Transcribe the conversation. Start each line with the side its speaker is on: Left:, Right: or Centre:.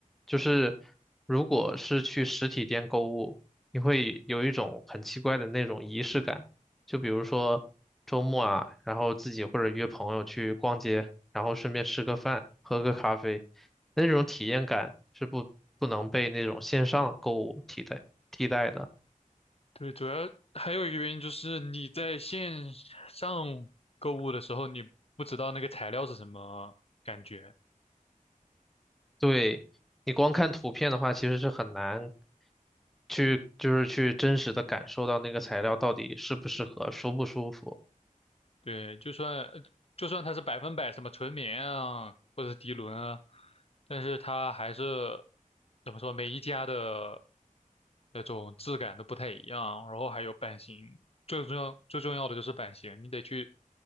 Centre: 就是如果是去实体店购物，你会有一种很奇怪的那种仪式感，就比如说周末啊，然后自己或者约朋友去逛街。然后顺便吃个饭，喝个咖啡，那种体验感是不不能被那种线上购物替代替代的。
Left: 对，主要还有一个原因就是你在线上购物的时候，你不知道那个材料是什么感觉。
Centre: 对，你光看图片的话，其实是很难去就是去真实的感受到那个材料到底适不适合，舒不舒服。
Left: 对，就算呃就算它是百分百什么纯棉啊，或者是涤纶啊，但是它还是怎么说，每一家的那种质感都不太一样。然后还有版型，最重要最重要的就是版型，你得去